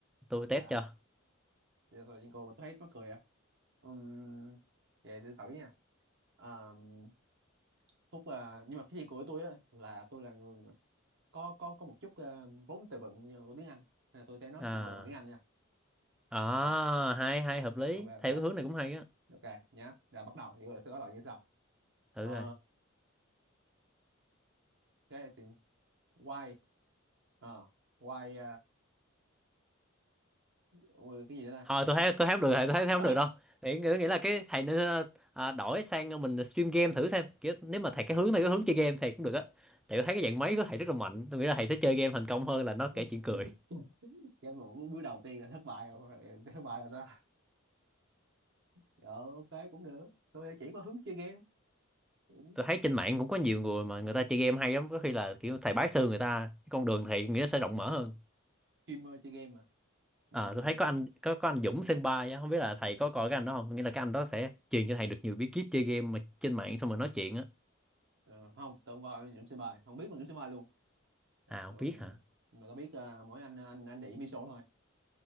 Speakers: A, in the centre; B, on the right.
A: Tôi test
B: à
A: cho.
B: giờ tôi nhìn cô mà tôi thấy mắc cười à Ừm, vậy tôi thử nha Ờm, Phúc à, nhưng mà cái gì của tôi á là tôi là người có có có một chút ờ, vốn từ vựng như của tiếng Anh nên là tôi sẽ nói
A: À,
B: chuyện cùng bằng tiếng Anh nha
A: à
B: ok
A: hay hay hợp lý.
B: ok ok
A: Theo cái hướng này cũng hay á.
B: ok nhá là bắt đầu thì tôi sẽ bắt đầu như sau
A: Thử
B: Ờ,
A: rồi.
B: cái thì why Ờ, why Ôi, cái gì nữa ta
A: Thôi tôi
B: à,
A: thấy tôi thấy không được thầy, tôi thấy thấy không được
B: à
A: đâu. Nghĩ nghĩ nghĩ là cái thầy nên ờ, à, đổi sang mình stream game thử xem. Kiểu nếu mà thầy cái hướng này cái hướng chơi game thầy cũng được á. Tại tôi thấy cái dạng máy của thầy rất là mạnh. Tôi nghĩ là thầy sẽ chơi game thành công hơn là nó kể
B: <laughs>
A: chuyện cười.
B: trên một bước đầu tiên là thất bại rồi Em thất bại rồi sao dạ ok cũng được tôi chỉ có hướng chơi game cũng
A: tôi thấy trên mạng cũng có nhiều người mà người ta chơi game hay lắm có khi là kiểu thầy bái sư người ta cái con đường thầy nghĩa sẽ rộng mở hơn
B: streamer chơi game mà Ừm,
A: à, tôi thấy có anh có có anh Dũng Senpai á, không biết là thầy có coi cái anh đó không nghĩa là cái anh đó sẽ truyền cho thầy được nhiều bí kíp chơi game mà trên mạng xong rồi nói chuyện á
B: ờ, không tôi không coi Dũng Sĩ Bài không biết con Dũng Sĩ Bài luôn
A: à không
B: Ừm,
A: biết hả
B: mà tôi biết à, mỗi anh anh anh đĩ Miso thôi